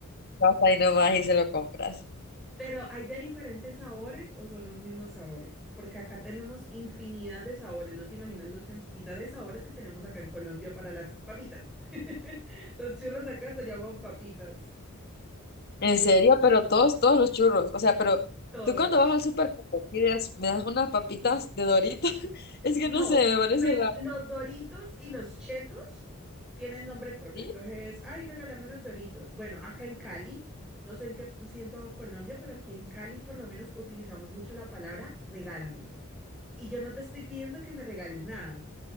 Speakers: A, on the left; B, in the centre.
A: vas ahí nomás y se lo compras.
B: Pero ¿hay de diferentes sabores o son los mismos sabores? Porque acá tenemos infinidad de sabores, no te imaginas la cantidad de sabores que tenemos acá en Colombia para las papitas. <laughs> Los churros acá se llaman papitas,
A: En serio, pero todos, todos los churros. O sea, pero
B: todos.
A: tú cuando vas al súper ¿cómo pides, me das unas papitas de Doritos. <laughs> Es que
B: No,
A: no sé, me parece
B: pues
A: raro.
B: los Doritos y los Chetos tienen nombre propio.
A: ¿Sí?
B: Entonces, ay, regálame unos Doritos. Bueno, acá en Cali, no sé en qué, si en todo Colombia, pero aquí en Cali por lo menos utilizamos mucho la palabra regálame. Y yo no te estoy pidiendo que me regales nada,